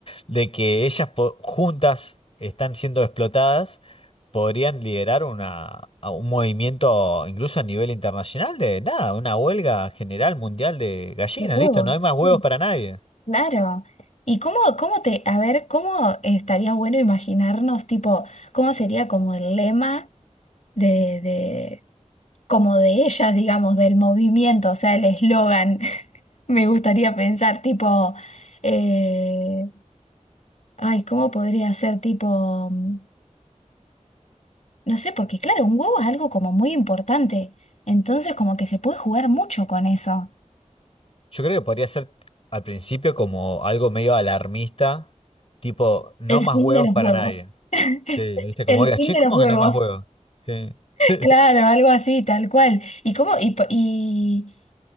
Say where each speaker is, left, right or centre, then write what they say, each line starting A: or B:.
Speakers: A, on the left (about 50°); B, on the left (about 65°).
A: de que ellas po- juntas están siendo explotadas, podrían liderar una, a un movimiento incluso a nivel internacional de nada, una huelga general mundial de gallinas,
B: De huevos,
A: listo, no hay más huevos
B: sí. <laughs>
A: para nadie.
B: Claro. ¿Y cómo, cómo te, a ver, cómo estaría bueno imaginarnos, tipo, cómo sería como el lema de, de, como de ellas, digamos, del movimiento, o sea, el eslogan? <laughs> Me gustaría pensar tipo, eh, ay, ¿cómo podría ser tipo, mm, no sé, porque claro, un huevo es algo como muy importante, entonces como que se puede jugar mucho con eso.
A: Yo creo que podría ser al principio como algo medio alarmista, tipo, no
B: El
A: más
B: fin
A: huevos
B: de los
A: para
B: huevos.
A: nadie.
B: <laughs>
A: Sí, viste,
B: El
A: como digas,
B: fin
A: che,
B: de
A: ¿cómo
B: los huevos.
A: que no hay más huevos?
B: <laughs>
A: Sí. <laughs>
B: Claro, algo así, tal cual. ¿Y cómo? Y, po- y,